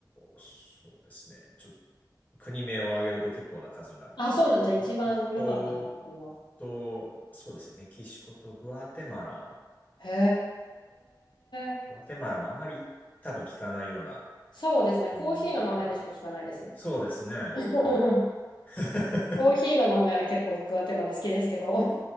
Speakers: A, on the left (about 20°); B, on the left (about 80°).
A: そうですね、ちょっと国名を挙げると結構な数になるんですけど、
B: あ、そうなんじゃ一番良かったところは。
A: メキシコと、そうですね、メキシコとグアテマラ、
B: へえ、
A: グアテマラもあんまり多分聞かないような
B: そうですね。
A: 国名かなと。
B: コーヒーの豆でしか聞かないです。
A: そうですね。
B: <laughs>
A: はい。<laughs>
B: コーヒーの豆は結構グアテマラ好きですけど、